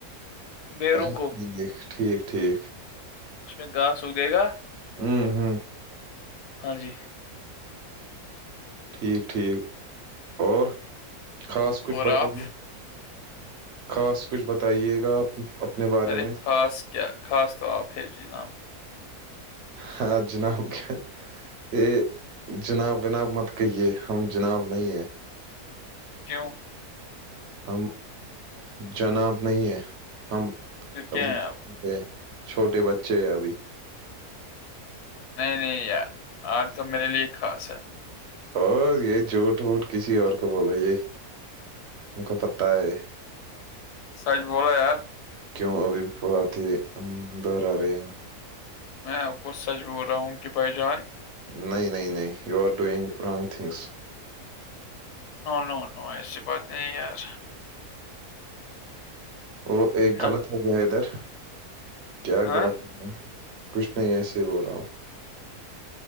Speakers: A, on the left (about 90°); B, on the right (about 50°).
A: بیروں
B: اچھا
A: کو
B: ٹھیک ٹھیک ٹھیک
A: اس میں گاس اگئے گا
B: ہوں ہوں
A: ہاں جی
B: ٹھیک ٹھیک اور خاص کچھ
A: اور
B: بتائیے
A: آپ
B: خاص کچھ بتائیے گا آپ اپنے بارے
A: ارے
B: میں
A: خاص کیا خاص تو آپ ہے جی جناب
B: ہاں جناب کیا ا جناب وناب مت کہیے ہم جناب نہیں ہیں
A: کیوں
B: ہم جناب نہیں ہے ہم
A: پھر
B: ابھی
A: کیا ہیں آپ
B: چھوٹے بچے ہیں ابھی
A: نہیں نہیں یار آج تو میرے لیے خاص ہے
B: اور یہ جھوٹ ووٹ کسی اور کو بولو یہ ان کو پتتا ہے
A: سچ بو رہو یار
B: کیوں ابھی بہت ہی دوہرا رہی ہو
A: میں کوچ سچ بول رہا ہوں کی بھائی جان
B: نہیں نہیں نہیں you are doing wrong things
A: no no no ایسی بات نہیں یار
B: وہ ایک
A: نا
B: غلط ہو گیا ادھر کیا
A: ہاں
B: غلط ہو گیا کچھ نہیں ایسے ہی بول رہا ہوں